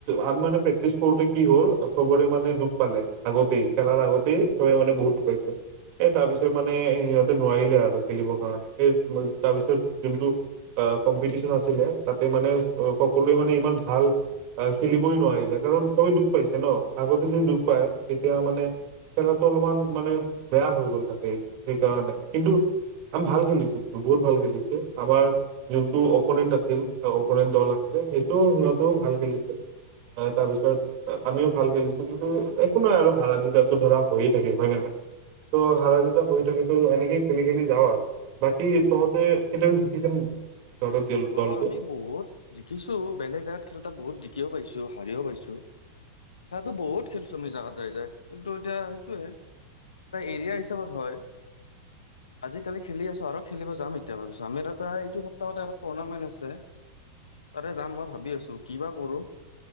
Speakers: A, on the right (about 50°); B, on the left (about 80°).
A: আমি মানে প্ৰেক্টিচ কৰোতে কি হ'ল চবৰে মানে দুখ পালে আগতেই খেলাৰ আগতেই চবে মানে বহুত দুখ পাইছে এ তাৰ পিছত মানে সিহঁতে নোৱাৰিলে আৰু খেলিবৰ কাৰণে এই তাৰ পিছত যোনটো অ কম্পিটিশন আছিলে তাতে মানে সকলোৱে মানে ইমান ভাল আ খেলিবই নোৱাৰিলে কাৰণ চবে দুখ পাইছে ন আগতে যদি দুখ পায় তেতিয়া মানে খেলাটো অলপমান মানে বেয়া হৈ গ'ল তাকেই সেইকাৰণে কিন্তু আমি ভাল খেলিছো কিন্তু বহুত ভাল খেলিছো আমাৰ যোনটো অপোনেণ্ট আছিল অপোনেণ্ট দল আছিলে সেইটো সিহঁতেও ভাল খেলিছে। তাৰ পিছত আমিও ভাল খেলিছো, কিন্তু একো নাই আৰু হাৰা জিতাতো ধৰা হৈয়ে থাকে। হয় নে নহয়? তো হাৰা জিতা হৈয়ে থাকে ত এনেকেই খেলি খেলি যাওঁ আৰু। বাকী তহঁতে কেতিয়াবা জিকিছনে নে নাই? তহঁতৰ দল দলটো
B: অ আমি বহুত জিকিছো বেলেগ জেগাত খেলোতে বহুত জি কিয় পাইছো হাৰিও পাইছো। সেয়াটো বহুত খেলছো আমি জেগাত যাই যায় কিন্তু এতিয়া সেইটোয়ে। এটা এৰিয়া হিচাপত হয়। আজিকালি খেলি আছো আৰু খেলিব যাম এতিয়া ভাবিছো আমি এটা এইটো সপ্তাহতে টুৰ্ণামেন্ট আছে, তাতে যাম মই ভাবি আছো কিবা কৰো?